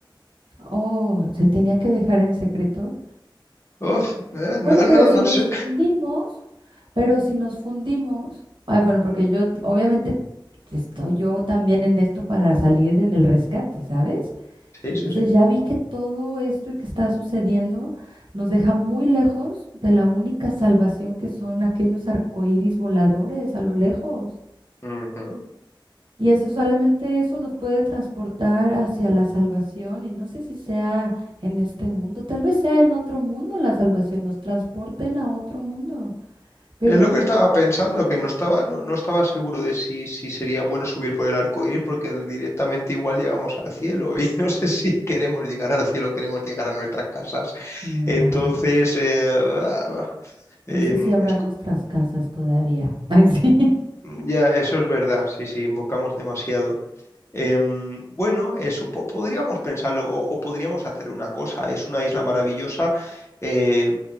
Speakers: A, on the right (about 70°); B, on the left (about 30°).
A: Oh, se tenía que dejar en secreto.
B: Uf, eh, no,
A: Bueno, pero
B: no,
A: si
B: no
A: nos
B: sé.
A: fundimos, pero si nos fundimos, ay, bueno, porque yo obviamente estoy yo también en esto para salir en el rescate, ¿sabes?
B: Sí,
A: Entonces
B: sí, sí.
A: ya vi que todo esto que está sucediendo nos deja muy lejos de la única salvación que son aquellos arcoíris voladores a lo lejos.
B: Ujú.
A: Y eso solamente eso nos puede transportar hacia la salvación y no sé si sea en este mundo, tal vez sea en otro mundo la salvación, nos transporten a otro mundo. Pero
B: Es lo que estaba pensando, que no estaba, no, no estaba seguro de si, si sería bueno subir por el arco iris, porque directamente igual llegamos al cielo, y <laughs> no sé si queremos llegar al cielo, queremos llegar a nuestras casas.
A: ah,
B: Entonces, eh, ah, em,
A: no sé si habrá
B: es
A: nuestras
B: co-
A: casas todavía. <laughs> Ay, sí.
B: ya, eso es verdad, sí, sí, invocamos demasiado. Em, bueno, eso po- podríamos pensarlo o, o podríamos hacer una cosa. Es una isla maravillosa. eh,